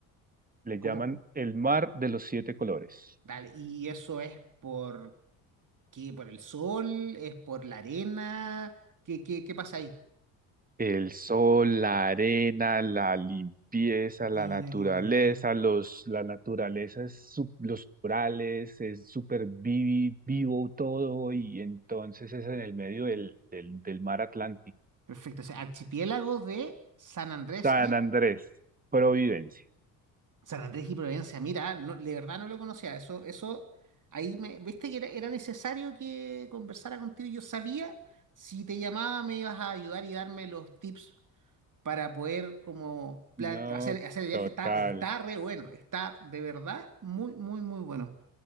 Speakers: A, on the right; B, on the right.
A: Le
B: ¿cómo?
A: llaman el mar de los siete colores.
B: Dale, ¿y eso es por qué? ¿Por el sol? ¿Es por la arena? ¿Qué, qué, qué pasa ahí?
A: El sol, la arena, la limpieza, la
B: Mira
A: naturaleza,
B: qué maravilla.
A: los, la naturaleza, es su- los corales, es súper vivi- vivo todo y entonces es en el medio del, del, del mar Atlántico.
B: Perfecto, o sea, archipiélago de San Andrés
A: San
B: y
A: Andrés, Providencia.
B: San Andrés y Providencia. Mira, no, de verdad no lo conocía. Eso, eso, ahí me, viste que era, era necesario que conversara contigo. Yo sabía si te llamaba me ibas a ayudar y darme los tips para poder como plan
A: No,
B: hacer, hacer el viaje
A: total.
B: está, está re bueno, está de verdad muy, muy, muy bueno.